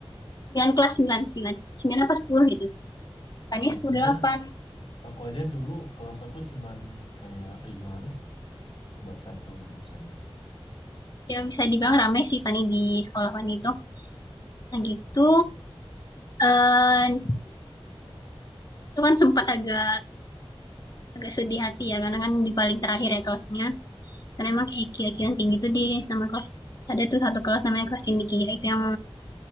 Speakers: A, on the left (about 40°); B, on the left (about 70°).
A: 9 kelas 9 9 9 apa 10 gitu tadi
B: Aku
A: sepuluh
B: aja
A: koma delapan
B: aku aja dulu kelas aku cuman kayak 5 dong buat satu jurusan itu.
A: Ya bisa dibilang ramai sih Fani di sekolah Fani itu. Nah gitu, eh itu kan sempat agak agak sedih hati ya karena kan di paling terakhir ya kelasnya. Karena emang IQ IQ yang tinggi itu di nama kelas ada tuh satu kelas namanya kelas cendekia itu yang